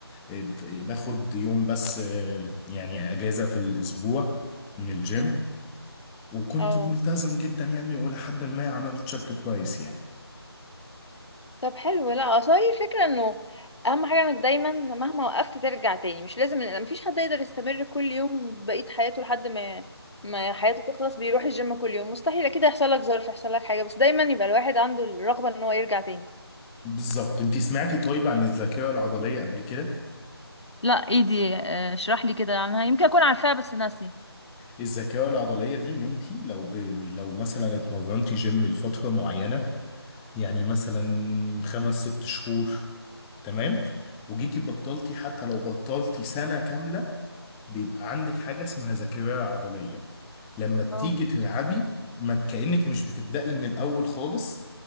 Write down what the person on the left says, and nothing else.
مم.
اه
طب حلو لا اصل هي الفكره انه اهم حاجه انك دايما مهما وقفت ترجع تاني مش لازم مفيش حد يقدر يستمر كل يوم بقيه حياته لحد ما ما حياته تخلص بيروح الجيم كل يوم مستحيل اكيد هيحصل لك ظرف يحصل لك حاجه بس دايما يبقى الواحد عنده الرغبه ان هو يرجع تاني
لا ايه دي آه، اشرح لي كده عنها يمكن اكون عارفاها بس ناسيه
اه